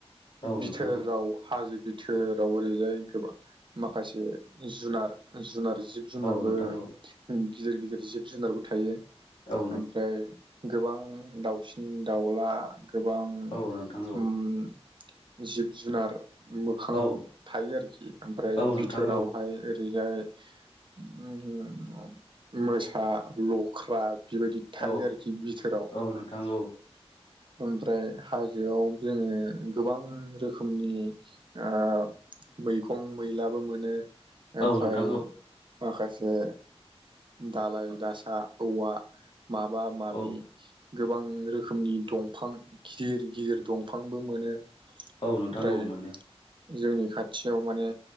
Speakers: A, on the left (about 55°); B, on the right (about 50°).
A: औ नोंथां औ नोंथां औ
B: बिथोराव
A: नोंथां औ
B: हाजो बिथोराव ओरैजाय गोबां माखासे जुनार जुनार जिब जुनारबो
A: नोंथां
B: गिदिर गिदिर जिब जुनारबो थायो
A: औ
B: ओमफ्राय गोबां दाउसिन दाउला गोबां
A: औ नोंथां औ
B: ओम जिब जुनार मोखाङाव
A: औ
B: थायो आरोखि ओमफ्राय
A: औ
B: बिथोरावहाय
A: नोंथां औ नोंथां औ
B: ओरैजाय ओम मोसा लख्रा बेबायदि थायो
A: औ
B: आरोखि बिथोराव
A: औ नोंथां औ
B: ओमफ्राय हाजोआव जोङो गोबां रोखोमनि ओ मैखं मैलाबो मोनो
A: औ
B: ओमफाय माखासे दालाय दासा औवा माबा माबि
A: औ
B: गोबां रोखोमनि दंफां गिदिर गिदिर दंफांबो मोनो
A: औ नोंथां
B: ओमफ्राय
A: औ मोनो
B: जोंनि खाथियाव माने